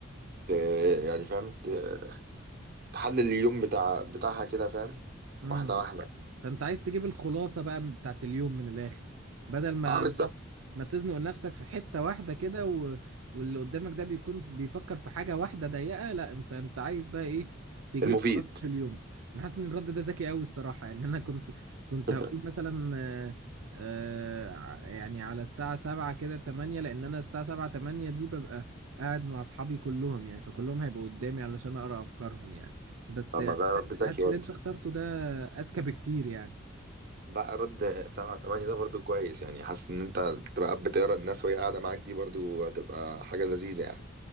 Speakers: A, on the right (about 50°); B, on the right (about 90°).
A: ت- يعني فاهم ت- تحلل اليوم بتاع بتاعها كده فاهم
B: امم
A: واحده واحده
B: فانت عايز تجيب الخلاصة بقى بتاعت اليوم من الاخر بدل ما
A: اه بالظبط
B: ما تزنق نفسك في حتة واحدة كده و... واللي قدامك ده بيكون بيفكر في حاجة واحدة ضيقة لا انت انت عايز بقى ايه تجيب
A: المفيد
B: خلاصة اليوم انا حاسس ان الرد ده ذكي قوي الصراحة يعني انا كنت <laughs> كنت
A: <laughs>
B: هقول مثلا آه، آه، ع- يعني على الساعة سبعة كده تمانية لان انا الساعة سبعة تمانية دي ببقى قاعد مع اصحابي كلهم يعني فكلهم هيبقوا قدامي علشان اقرا افكارهم يعني بس
A: طب
B: يعني
A: ما ده رد
B: حاسس
A: ذكي
B: حاسس اللي
A: برضه
B: انت اخترته ده اذكى بكتير يعني
A: لا رد سبعة تمانية ده برضه كويس يعني حاسس ان انت تبقى قاعد بتقرا الناس وهي قاعدة معاك دي برضه هتبقى حاجة لذيذة يعني